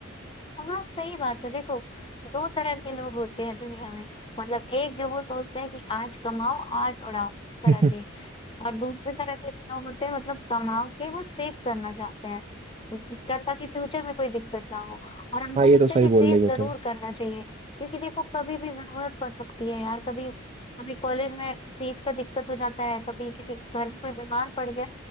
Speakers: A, on the left; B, on the right.
A: हाँ सही बात है देखो दो तरह के लोग होते हैं दुनिया में मतलब एक जो वो सोचते हैं कि आज कमाओ आज उड़ाओ उस तरह
B: <laughs>
A: के और दूसरे तरह के जो लोग होते हैं मतलब तनाव के वो सेव करना चाहते हैं क्या- ताकि फ्यूचर में कोई दिक्कत ना हो और हमको
B: हाँ ये
A: लगता
B: तो सही
A: है कि
B: बोल
A: सेव
B: रही हो
A: जरूर
B: तुम
A: करना चाहिए क्योंकि देखो कभी भी जरूरत पड़ सकती है यार कभी कभी कॉलेज में फीस का दिक्कत हो जाता है कभी किसी घर में कोई बीमार पड़ गया